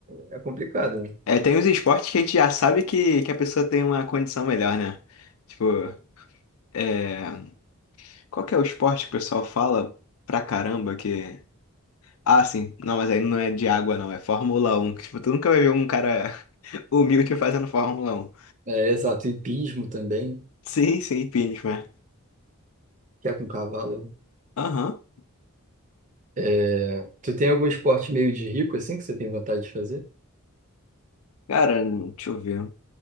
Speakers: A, on the right; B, on the left.
A: é é complicado, né?
B: É, tem uns esportes que a gente já sabe que, que a pessoa tem uma condição melhor, né? Tipo, é... qual que é o esporte que o pessoal fala pra caramba que. Ah, sim, não, mas aí não é de água, não, é Fórmula um. que, Tipo, tu nunca vai ver um cara <laughs> humilde fazendo Fórmula um.
A: É, exato, hipismo também,
B: Sim, sim, impeachment.
A: que é com cavalo. né?
B: Aham.
A: É, tu tem algum esporte meio de rico assim que você tem vontade de fazer?
B: Cara, deixa eu ver.